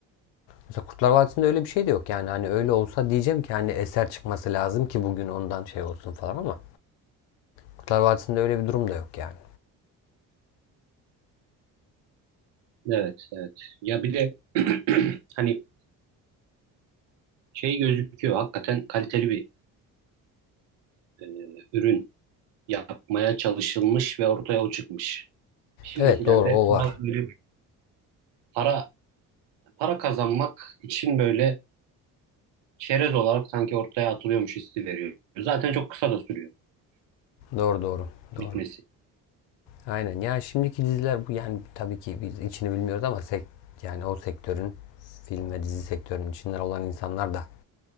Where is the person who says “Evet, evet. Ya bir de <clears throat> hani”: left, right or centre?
Right